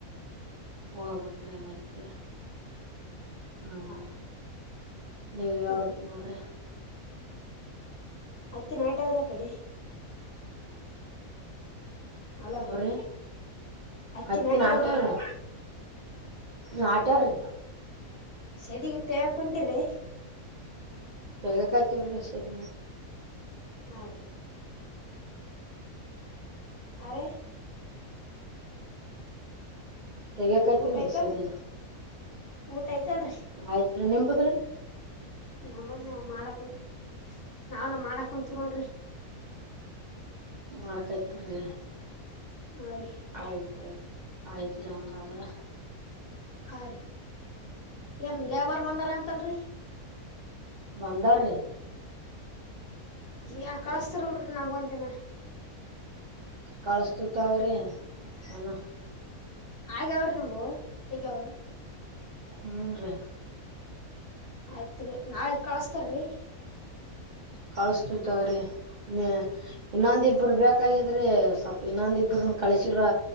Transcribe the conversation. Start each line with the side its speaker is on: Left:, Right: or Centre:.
Right: ಹೋಗಬೇಕ್ರಿ ಮತ್ತೆ ಹ್ಮ
Left: ಹಾ ರೀ
Right: ನೀವು ಈವಾಗ
Left: ಹಾ ರೀ
Right: ನೋಡ್ರಿ
Left: ಅತ್ತೆ ಅವ್ರ ಕಡಿ ಹಲೋ
Right: ಅವ್ರ
Left: ಹತ್ತಿ
Right: ಅತ್ತಿ
Left: ನಾಟ್ಯವ್ರಿ
Right: ನಾಟ ಅವ್ರೀ ನಾಟರ್
Left: ಸದಗತ್ತ ಹಾ ಕುಟಿ್ರೀ
Right: ಬೇಗ ಕಾಯ್ತಿವರ್ರಷ್ಟ ಅದನ್ನ
Left: ಆ ಅರೆ
Right: ತೆಗಕಾಯ್ತಿೀವ
Left: ಊಟ
Right: ರೀ
Left: ಐತಲ್ರಿ
Right: ಸದಿನ
Left: ಊಟ ಐತಲ್ರಿ
Right: ಆಯ್ತ್ರಿೀ ನಿಂಬಪದ್ರಿ
Left: ನನ್ ಮಾಡಕ್ ಕು ನಾವನ ಮಾಡಕ್ ಕುಂಂತೀವೋೊಂಡಿ
Right: ಮಾಡ್ಕಾಯ್ತಿರಿರಿ
Left: ಹಾ ರೀ
Right: ಆಯ್ತಾಯ್ತು ಆಯ್ತ್ರಿಿ ಹಂಗಾದ್ರ
Left: ಹಾಂ ರೀ ಏನು ಲೇಬರ್ ಬಂದಾರ ಅಂತಲ್ಲರಿ
Right: ಬಂದಾರ ರ
Left: ಹ ಕಳಸ್ತ ರೋಡ್ಗೋಂದ ತನೆ
Right: ಕಳಸ್ತ ತಗ್ರೀ ಯಾನ
Left: ಹಾಗಗ ಅವ್ರ ನಂಬೂ ತಗಾವ
Right: ಹುನ್ ರೀ
Left: ಆಯ್ತ್ರಿ ನಾಳೆಗ್ ಕಳಸ್ತಾರ್ರಿ
Right: ಕಳಸ್ತು ತವ್ರೀ ನೀ ಇನ್ನಂದಿಬ್ಬರು ಬ್ಯಾಕ್ ಬಾಗಿದ್ರಿ ಸ್ವಲ್ಪ ಇನ್ನೊಂದ ಇಬ್ರ ಕಳಸಿರ